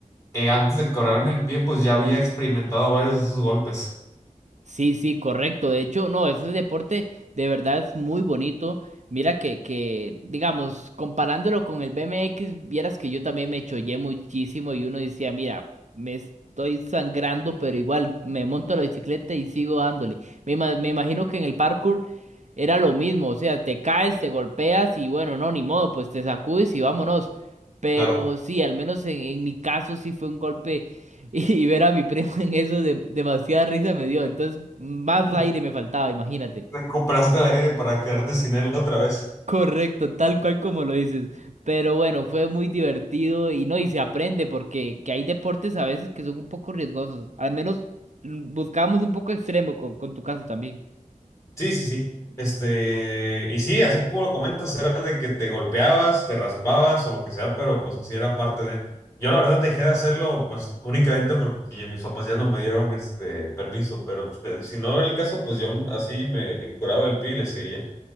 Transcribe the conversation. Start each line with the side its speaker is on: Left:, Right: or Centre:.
Left: eh, antes de quebrarme el pie pues ya había experimentado varios de esos golpes.
Right: Sí, sí, correcto. De hecho, no, ese deporte de verdad es muy bonito. Mira que, que, digamos, comparándolo con el BMX, vieras que yo también me chollé muchísimo y uno decía, mira, me estoy sangrando, pero igual me monto a la bicicleta y sigo dándole. Me, ima- me imagino que en el parkour era lo mismo, o sea, te caes, te golpeas y bueno, no, ni modo, pues te sacudes y vámonos. Pero
Left: Claro.
Right: sí, al menos en, en mi caso sí fue un golpe. Y, y ver a mi primo en eso de, demasiada risa me dio. Entonces, más
Left: Mm.
Right: aire
Left: <laughs>
Right: me faltaba, imagínate.
Left: Recuperaste el aire para quedarte sin él otra vez.
Right: Correcto, tal cual como lo dices. Pero bueno, fue muy divertido y no, y se aprende porque que hay deportes a veces que son un poco riesgosos. Al menos mm, buscábamos un poco extremo con, con tu caso también.
Left: Sí, sí, sí. Este, y sí, así como lo comentas, era de que te golpeabas, te raspabas o lo que sea, pero pues así era parte de. Yo la verdad dejé de hacerlo pues únicamente porque mis papás ya no me dieron este permiso, pero pues, de- si no era el caso, pues yo así me curaba el pie y le seguía.